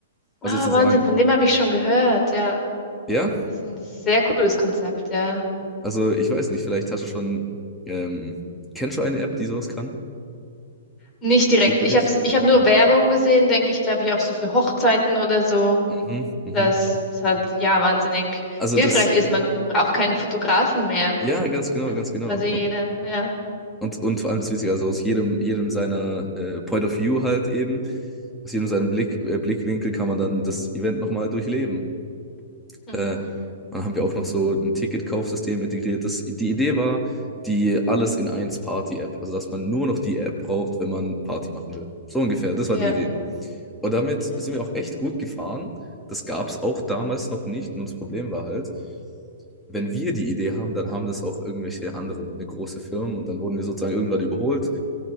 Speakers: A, on the left (about 20°); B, in the centre.
A: Ah,
B: Also sozusagen
A: Wahnsinn, von dem habe ich schon gehört, ja.
B: Ja,
A: Das ist ein sehr cooles Konzept, ja.
B: also ich weiß nicht, vielleicht hast du schon, ähm, kennst du eine App, die sowas kann?
A: Nicht direkt.
B: Zufällig?
A: Ich habe ich
B: Okay.
A: hab nur Werbung gesehen, denke ich, glaube ich, auch so für Hochzeiten oder so,
B: Mhm, mhm.
A: dass es halt, ja, wahnsinnig
B: Also
A: hilfreich
B: das,
A: ist. Man braucht keinen Fotografen mehr.
B: ja, ganz genau,
A: Das
B: ganz
A: ist
B: genau.
A: quasi jeder, ja.
B: Und, und vor allem das Witzige, also aus jedem, jedem seiner äh, Point of View halt eben, aus jedem seinem Blick, äh, Blickwinkel kann man dann das Event nochmal durchleben.
A: Mhm.
B: Äh, und dann haben wir auch noch so ein Ticketkaufsystem integriert. Das, die Idee war, die alles in eins Party-App, also dass man nur noch die App braucht, wenn man Party machen will. So ungefähr, das
A: Ja,
B: war die Idee. Und damit sind
A: ja,
B: wir auch echt gut gefahren. Das gab es auch damals noch nicht. Und das Problem war halt, wenn wir die Idee haben, dann haben das auch irgendwelche anderen und eine große Firmen. Und dann wurden wir sozusagen irgendwann überholt.